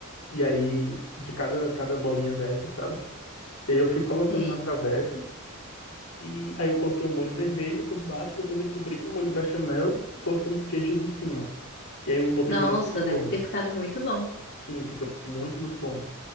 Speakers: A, on the left; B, on the left.
A: e aí de cada, cada bolinha dessa, sabe? E aí eu fui colocando
B: sei.
A: na travessa, e aí eu coloquei o molho vermelho por baixo, depois eu cobri com molho bechamel, e coloquei uns queijos em cima. E aí eu botei
B: Nossa,
A: direto no forno.
B: deve ter ficado muito bom.
A: Sim, fica muito, muito bom.